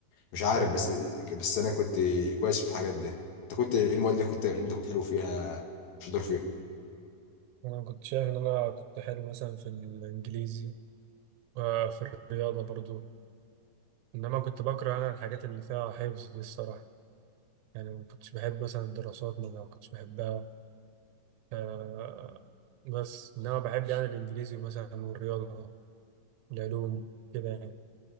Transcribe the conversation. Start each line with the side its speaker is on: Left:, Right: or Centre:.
Left: مش عارف
Right: حلو
Left: بس
Right: والله
Left: بس انا كنت كويس في الحاجات دي انت كنت ايه المواد اللي كنت اللي انت كنت حلو فيها شاطر
Right: انا كنت شايف ان انا كنت حلو مثلا في الانجليزي وفي الرياضه برضو انما كنت بكره انا الحاجات اللي فيها حفظ دي الصراحه يعني ما كنتش بحب مثلا الدراسات ما كنتش بحبها آه بس انما بحب يعني الانجليزي مثلا والرياضه العلوم كده يعني